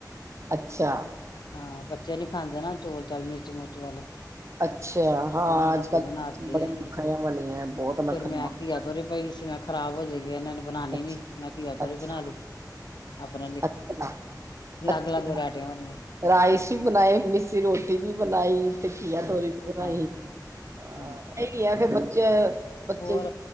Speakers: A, on the right (about 40°); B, on the left (about 80°).
A: ਅੱਛਾ
B: ਹਾਂ ਬੱਚੇ ਨੀ ਖਾਂਦੇ ਨਾ ਚੌਲ ਚਾਲ ਮਿਰਚ ਮਿਰਚ ਵਾਲੇ
A: ਅੱਛਾ ਹਾਂ
B: ਫਿਰ ਉਹਨਾਂ ਰੋਟੀ
A: ਅੱਜ ਕੱਲ੍ਹ
B: ਬਣਾਤੀ
A: ਬੜੇ
B: ਹੈ,
A: ਨਖਰਿਆਂ
B: ਫੇਰ
A: ਵਾਲੇ ਹੈ ਬਹੁਤ ਨਖਰਿਆਂ
B: ਮੈਂ
A: ਵਾਲੇ
B: ਘਿਆ ਤੋਰੀ ਪਈ ਸੀ ਮੈ ਖ਼ਰਾਬ ਹੋ ਜਾਏਗੀ ਇਹਨਾਂ ਨੇ ਬਣਾਉਣੀ
A: ਅੱਛਾ
B: ਨੀ ਮੈਂ ਘਿਆ ਤੋਰੀ
A: ਅੱਛਾ
B: ਬਣਾ ਲਈ ਆਪਣੇ ਲਈ
A: ਅੱਛਾ।
B: ਅਲੱਗ
A: ਅੱਛਾ,
B: ਅਲੱਗ ਵਰਾਇਟੀਆਂ ਬਣੀਆਂ
A: ਰਾਈਸ ਵੀ ਬਣਾਏ, ਮਿਸੀ ਰੋਟੀ ਵੀ ਬਣਾਈ ਤੇ ਘਿਆ ਤੋਰੀ ਬਣਾਈ,
B: ਹਾਂਜੀ
A: ਹਾਂ
B: ਹਾਂਜੀ
A: ਇਹੀ ਹੈ ਫਿਰ ਬੱਚੇ ਬੱਚੇ
B: ਹੋਰ